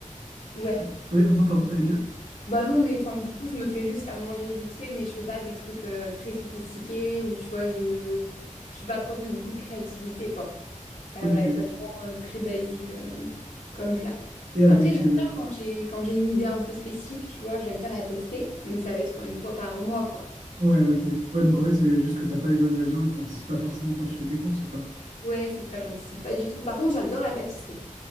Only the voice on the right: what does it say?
tu...
Oui, non, pardon, t'allais dire?
Ok.
Et avec...
euh,
Ouais, ok. Ouais, donc en fait, c'est juste que t'as pas les ingrédients et que t'anticipes pas forcément quand tu fais tes courses, quoi.